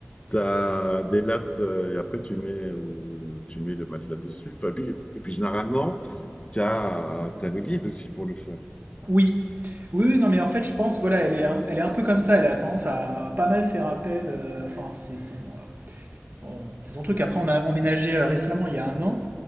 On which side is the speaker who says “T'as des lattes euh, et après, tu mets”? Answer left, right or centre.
Left